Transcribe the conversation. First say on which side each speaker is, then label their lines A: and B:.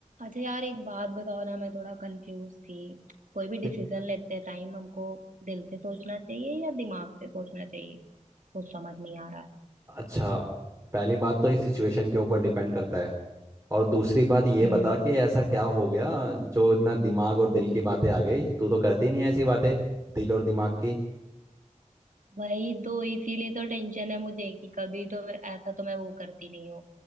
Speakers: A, on the right (about 75°); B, on the right (about 25°).
A: अच्छा यार एक बात बताओ ना मैं थोड़ा कंफ्यूज थी कोई भी
B: कि-
A: डिसीजन लेते टाइम हमको दिल से सोचना चाहिए या दिमाग से सोचना चाहिए कुछ समझ नहीं आ रहा है
B: अच्छा पहली बात तो ये सिचुएशन के ऊपर डिपेंड करता है और दूसरी बात ये
A: हम्म
B: बता कि ऐसा क्या हो गया जो इतना दिमाग और दिल की बातें आ गई तू तो करती नहीं है ऐसी बातें दिल और दिमाग की
A: वही तो इसीलिए तो टेंशन है मुझे कि कभी तो मैं- ऐसा तो मैं वो करती नहीं हूँ